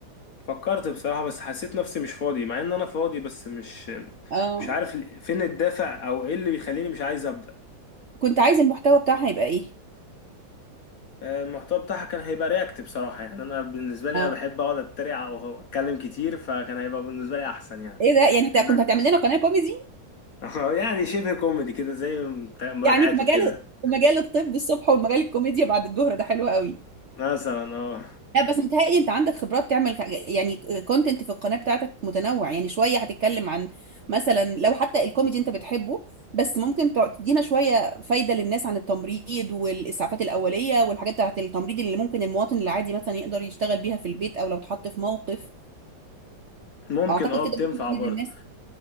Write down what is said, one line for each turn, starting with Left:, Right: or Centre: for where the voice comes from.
Left: فكرت بصراحه بس حسيت نفسي مش فاضي مع ان انا فاضي بس مش
Right: اه
Left: مش عارف فين الدافع او ايه اللي بيخليني مش عايز ابدا
Right: كنت عايز المحتوى بتاعها يبقى ايه
Left: المحتوى بتاعها كان هيبقى رياكت بصراحة يعني أنا بالنسبة لي
Right: اه
Left: أنا بحب أقعد أتريق أو أتكلم كتير فكان هيبقى بالنسبة لي أحسن يعني
Right: ايه ده يعني انت
Left: إن
Right: كنت هتعمل لنا قناه كوميدي
Left: <laughs> يعني شبه كوميدي كده زي مراجعاته
Right: يعني في مجال
Left: كده
Right: في مجال الطب الصبح والمجال الكوميديا بعد الظهر ده حلو قوي
Left: مثلا اه
Right: لا بس متهيألي انت عندك خبرات تعمل ك- يعني كونتنت في القناه بتاعتك متنوع يعني شويه هتتكلم عن مثلا لو حتى الكوميدي انت بتحبه بس ممكن تع- تدينا شويه فايده للناس عن التمريض والاسعافات الاوليه والحاجات بتاعت التمريض اللي ممكن المواطن العادي مثلا يقدر يشتغل بيها في البيت او لو اتحط في موقف
Left: ممكن
Right: اعتقد
Left: اه
Right: كده
Left: بتنفع
Right: ممكن تفيد
Left: برضه
Right: الناس